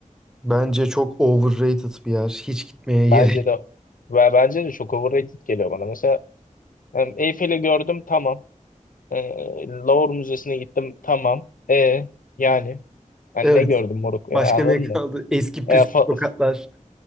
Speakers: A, in the centre; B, on the left.
A: bence çok overrated bir yer. Hiç gitmeye
B: Bence
A: gerek.
B: de ve bence de çok overrated geliyor bana. Mesela em, Eyfel'i gördüm tamam. E, Louvre Müzesi'ne gittim tamam. E yani ben
A: <laughs>
B: ne gördüm moruk e,
A: Başka
B: anladın
A: ne kaldı?
B: mı?
A: Eski
B: E,
A: püskü
B: fo-
A: sokaklar.